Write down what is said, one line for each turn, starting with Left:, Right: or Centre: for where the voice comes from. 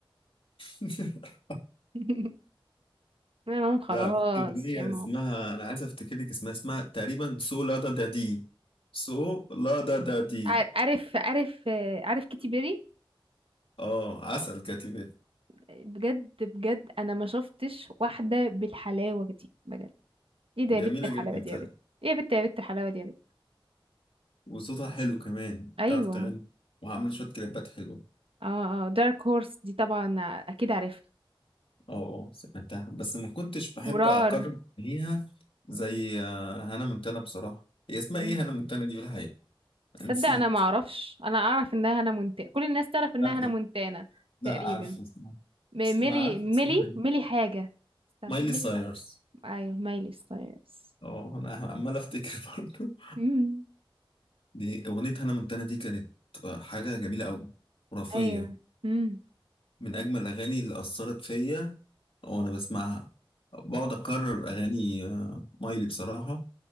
Left: <laughs>
Right: <laughs> انا ماما خلاص
Left: لا في اغنيه
Right: يا ماما
Left: اسمها انا عايز افتكر لك اسمها اسمها تقريبا سو لا دا دا دي سو لا دا دا دي
Right: ع- عارف عارف آه، عارف كيتي بيري
Left: اه عسل كاتبة
Right: بجد بجد انا ما شفتش واحده بالحلاوه دي بجد ايه ده
Left: جميله
Right: يا بت الحلاوه
Left: جدا
Right: دي يا
Left: فعلا
Right: بت ايه يا بت يا بت الحلاوه دي يا بت
Left: وصوتها حلو كمان
Right: ايوه
Left: تعرف تغني وعامله شويه كليبات حلوه
Right: اه اه دارك هورس دي طبعا اكيد عارفها
Left: اه اه سمعتها بس ما كنتش بحب
Right: مرار
Left: اقرب ليها زي آه، هانا منتنه بصراحه هي اسمها
Right: مم.
Left: ايه هانا منتنه دي في الحقيقه
Right: تصدق
Left: نسيت
Right: انا ما اعرفش انا اعرف انها هنا منتانه كل الناس تعرف انها
Left: لا
Right: هنا منتانه
Left: لا
Right: تقريبا
Left: عارفه بصراحة
Right: م-
Left: بس ما
Right: ميلي
Left: عارفه
Right: ميلي
Left: اسمها يعني
Right: ميلي حاجة استنى
Left: مايلي
Right: ميلي.
Left: سايرس
Right: ايوه ميلي ستايلز
Left: اه انا عمال افتكر برضه
Right: امم
Left: دي اغنيه هانا مونتانا دي كانت حاجه جميله قوي خرافيه
Right: ايوه امم
Left: من اجمل الاغاني اللي اثرت فيا وانا بسمعها بقعد اكرر اغاني آه، مايلي بصراحه